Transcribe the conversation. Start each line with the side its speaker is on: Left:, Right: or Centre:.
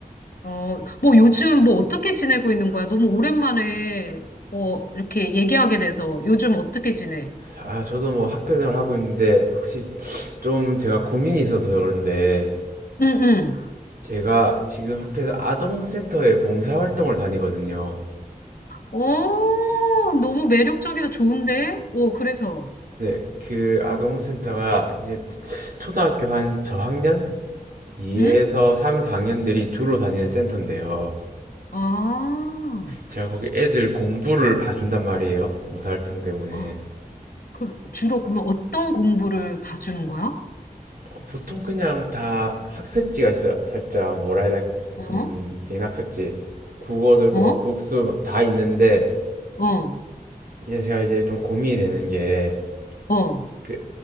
Left: 어, 뭐 요즘 뭐 어떻게 지내고 있는 거야? 너무 오랜만에, 어, 이렇게 얘기하게 돼서 요즘 어떻게 지내?
Right: 아, 저도 뭐 학교 생활 하고 있는데, 혹시 좀 제가 고민이 있어서 그런데,
Left: 응, 응.
Right: 제가 지금 학교에서 아동센터에 봉사활동을 다니거든요.
Left: 어, 너무 매력적이다. 좋은데? 어, 그래서,
Right: 네, 그 아동센터가 이제 초등학교 한 저학년? 2에서
Left: 응?
Right: 3, 4학년들이 주로 다니는 센터인데요.
Left: 아,
Right: 제가 거기 애들 공부를 봐준단 말이에요. 봉사활동 때문에.
Left: 아, 그, 주로 그러면 어떤 공부를 봐주는 거야?
Right: 어, 보통 그냥 다 학습지가 있어요. 살짝 뭐라 해야 돼?
Left: 어?
Right: 음, 개인 학습지. 국어도 있고,
Left: 어?
Right: 막 국수 다 있는데,
Left: 어?
Right: 이제 제가 이제 좀 고민이 되는 게,
Left: 어?
Right: 그,